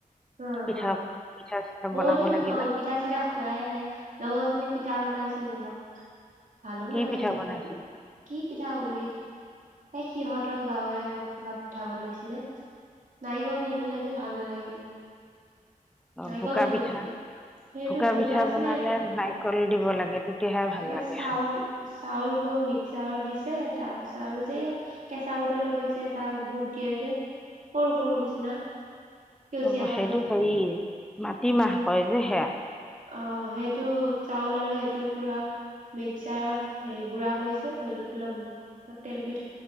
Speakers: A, on the right; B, in the centre.
A: আহ,
B: পিঠা
A: হা
B: পিঠা চিঠা
A: বহুত
B: বনাব
A: দিনত
B: লাগিলে
A: হ'ল পিঠা চিঠা খোৱাই নাই লগৰজনীয়ে পি পিঠা বনাইছিল অলপ। ভালো
B: কি
A: নালাগিল
B: পিঠা বনাইছে
A: ইমান কি পিঠা গুৰি এই সিহঁতৰ গাঁৱৰে। কিবা পিঠা বনাইছিলে। নাৰিকল নিদিলেকে ভাল নালাগিল।
B: অঁ
A: নাৰিকল
B: ভোকা
A: দিব
B: পিঠা
A: লাগে সেইটো
B: ভোকা
A: সেনেকুৱা
B: পিঠা
A: নিচিনাই
B: বনালে নাৰিকল দিব লাগে তেতিয়াহে ভাল
A: ইবাৰ
B: লাগে
A: চাউল-
B: খাই
A: চাউলটো মিক্সাৰত দিছে তাৰ পিছত আৰু যে এইয়া কেচা বুটৰ লগত যে এটা বুট দিয়ে যে সৰু- সৰু নিচিনা। সেউজীয়া
B: অহ,
A: কালাৰ
B: সেইটো হেৰি মাটিমাহ কয় যে সেয়া।
A: অহ, সেইটো চাউল আৰু সেইটোৱে পুৰা মিক্সাৰত হেৰি গুড়া কৰিছে কৰি লৈ পেলাই তেল পি